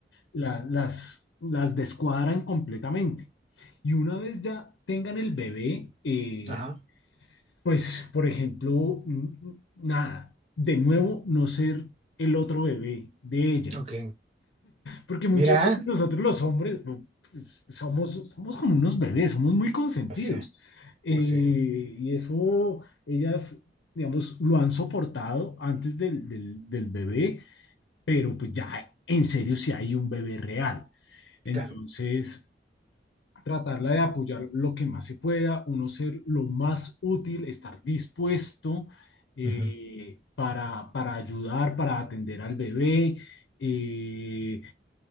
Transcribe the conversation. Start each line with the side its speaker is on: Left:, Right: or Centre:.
Left: la- las, las descuadran completamente. Y una vez ya tengan el bebé, eh,
Right: Ajá,
Left: pues, por ejemplo, mm, nada, de nuevo no ser el otro bebé de ella.
Right: ok.
Left: Porque muchas
Right: Mira,
Left: veces nosotros los hombres no, pues, somos, somos como unos bebés, somos muy consentidos.
Right: pues sí,
Left: Eh,
Right: pues sí,
Left: y eso ellas, digamos, lo han soportado antes del, del, del bebé, pero pues ya en serio si hay un bebé real. Entonces,
Right: claro.
Left: tratarla de apoyar lo que más se pueda, uno ser lo más útil, estar dispuesto eh,
Right: Ujú,
Left: para, para ayudar, para atender al bebé. eh,